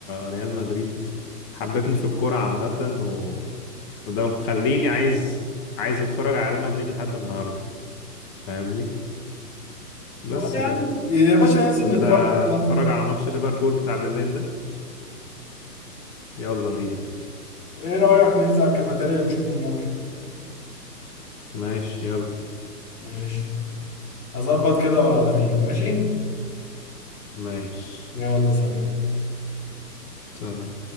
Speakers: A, on the left; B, on the left.
A: ريال مدريد حببني في الكورة عامة و... وده مخليني عايز عايز اتفرج على ريال مدريد لحد النهاردة فاهمني بس
B: بقول يا عم
A: كده
B: يا باشا ننزل
A: انت
B: نتفرج
A: هتتفرج
B: سوا.
A: على ماتش ليفربول بتاع بالليل ده يلا بينا
B: ايه رأيك ننزل على الكافيتيريا نشوف الماتش
A: ماشي يلا
B: ماشي هظبط كده والغيك ماشي
A: ماشي
B: يلا سلام
A: سلام